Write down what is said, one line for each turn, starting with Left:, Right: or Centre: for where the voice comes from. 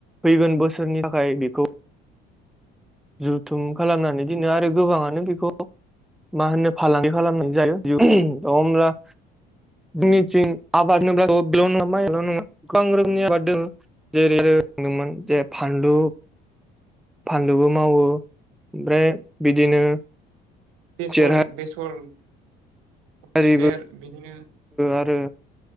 Centre: फैगोन बोसोरनि थाखाय बेखौ। जुथुम खालामनानै दोनो आरो गोबाङानो बेखौ। मा होनो फालांगि खालामनाय जायो उम अ होमब्ला निथिं आबाद <unintelligible> नङा माइल नङा गोबां रोखोमनि आबाद दोङ जेरै रोंदोंमोन जे फानलु फानलुबो मावो ओमफ्राय बिदिनो
Right: बेसल
Centre: खुसेर
Right: बेसल
Centre: हारिबो
Right: खुसेर बिदिनो
Centre: आरो